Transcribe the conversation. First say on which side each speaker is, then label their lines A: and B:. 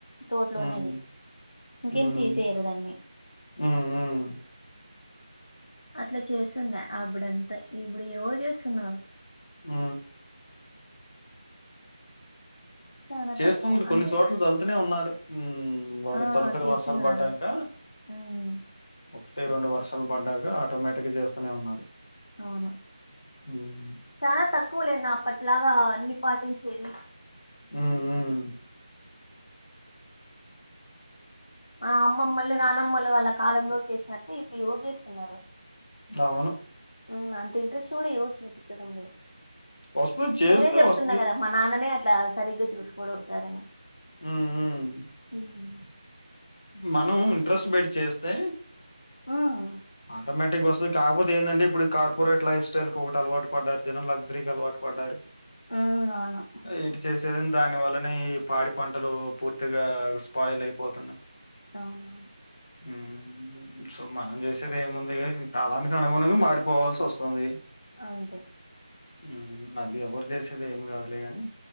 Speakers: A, on the left; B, on the left.
A: తోటలోనేది
B: హ్మ్.
A: ఇంకేం
B: హ్మ్.
A: తీసేయరు దాన్ని
B: హ్మ్. హ్మ్.
A: అట్లా చేస్తుండే అప్పుడంతా ఇప్పుడు ఎవరు చేస్తున్నారు
B: ఆ
A: చాలా
B: చేస్తుంనారు
A: తక్కువ
B: కొన్ని
A: అన్నిట్లో
B: చోట్ల చల్తూనే ఉన్నారు ఉమ్ వారు
A: ఆ
B: తొలకరి
A: చేస్తున్నారండి
B: వర్షాలు పడ్డాక
A: ఉమ్
B: ఒకటి రెండు వర్షాలు పడ్డాక ఆటోమేటిక్గా చేస్తూనే ఉన్నారు
A: అవును
B: హ్మ్.
A: చాలా తక్కువలేని అప్పట్లాగా అన్ని పాటించి చేది
B: ఉ ఉ
A: మా అమ్మమ్మలు నానమ్మలు ఆళ్ళ కాలంలో చేసినట్లు ఇప్పుడు ఎవరు చేస్తున్నారు
B: అవును
A: ఆ అంత ఇంట్రెస్ట్ కూడా ఎవరు చూపించడం లేదు
B: వస్తది చేస్తే
A: నేనే చెప్తున్నా
B: వస్తది.
A: కదా మా నాన్ననే అట్లా సరిగ్గా చూసుకోడు ఒకసారని
B: హ్మ్. హ్మ్.
A: మ్మ్
B: మనం ఇంట్రెస్ట్ బెట్టి చేస్తే
A: ఉమ్
B: ఆటోమేటిక్గా వస్తుంది కాకపోతే ఏంటడి ఇప్పుడు కార్పొరేట్ లైఫ్ స్టైల్కి ఒకటి అలవాటు పడ్డరు జనం లగ్జరీ కి అల పడ్డారు
A: ఉమ్ అవును
B: ఇటు చేసేద దాని వల్లనే ఈ పాడి పంటలు పూర్తిగా స్పాయిల్ అయిపోతున్నాయి
A: అవును
B: ఉమ్ సో మనం చేసేది ఏముంది ఈ కాలానికి అనుగుణంగా మారిపోవల్సి వస్తుంది
A: అంతే
B: మ్మ్ అది ఎవరు చేసేది ఏమి కాదులే కాని